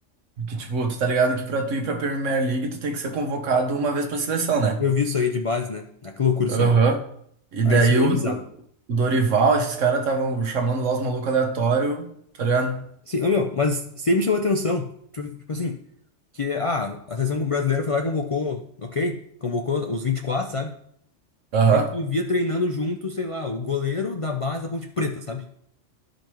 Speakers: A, on the right (about 80°); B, on the left (about 55°).
A: que, tipo, tu tá ligado que pra tu ir pra Premier League, tu tem que ser convocado uma vez pra seleção, né?
B: eu vi isso aí de base, né? Ah, que loucura isso
A: Aham.
B: aí, meu.
A: E daí
B: Ah, isso aí
A: o,
B: é bizarro.
A: Do- o Dorival, esses caras estavam chamando lá os malucos aleatórios, tá ligado?
B: Sim, ô, meu, mas sempre me chamou atenção. Tipo, tipo assim, que ah, a seleção brasileira foi lá e convocou, ok? Convocou os vinte e quatro sabe?
A: Aham,
B: Daí tu via treinando junto, sei lá, o goleiro da base da Ponte Preta, sabe?